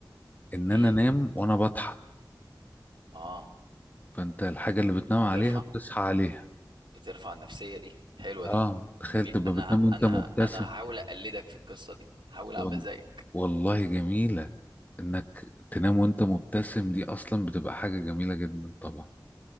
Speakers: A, on the left; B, on the right.
A: ان
B: ايه
A: انا انام وانا بضحك
B: اه
A: فانت الحاجه اللي بتنام عليها
B: بترفع
A: بتصحى عليها
B: بترفع النفسية دي حلوة
A: اه
B: دي
A: تخيل
B: جميل
A: تبقى
B: انا
A: بتنام وانت
B: انا
A: مبتسم
B: انا هحاول
A: كده
B: اقلدك في القصة دي هحاول
A: وال...
B: اعمل زيك
A: والله جميله انك تنام وانت مبتسم دي اصلا بتبقى حاجه جميله جدا طبعا